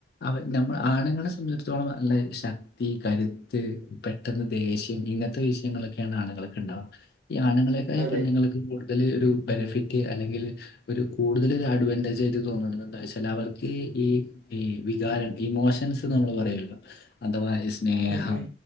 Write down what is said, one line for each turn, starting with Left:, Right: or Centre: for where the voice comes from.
Left: അവ നമ്മൾ ആണുങ്ങളെ സംബന്ധിച്ചടത്തോളം അല്ല ശ തീ കരുത്ത് പെട്ടെന്ന് ദേഷ്യം ഇങ്ങനത്തെ വിഷയങ്ങളൊക്കെയാണ് ആളുകൾക്കെ ഉണ്ടാവുക ഈ ആണുങ്ങളെക്കായ
Right: അതെ
Left: പണ്ണുങ്ങൾക്ക് കൂടുതൽ ഒരു ബെനിഫിറ്റ് അല്ലെങ്കിൽ ഒരു കൂടുതൽ അഡ്വാൻറേജ് ആയിട്ട് തോന്നണ എന്താ വെച്ചാൽ അവർക്ക് ഈ ഈ വികാരം ഇമോഷൻസ് നമ്മള് പറയല്ലോ അഥവാ സ്നേഹം
Right: ഉം ഉം